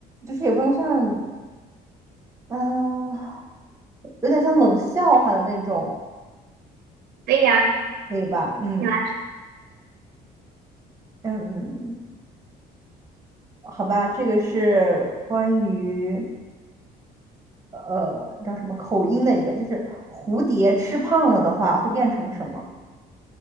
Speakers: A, on the right; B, on the right.
A: 就是也不能算，嗯、有点像冷笑话的那种，
B: 可以呀，
A: 可以吧？嗯
B: 你来。
A: 嗯嗯，好吧，这个是关于呃叫什么口音的一个，就是蝴蝶吃胖了的话会变成什么？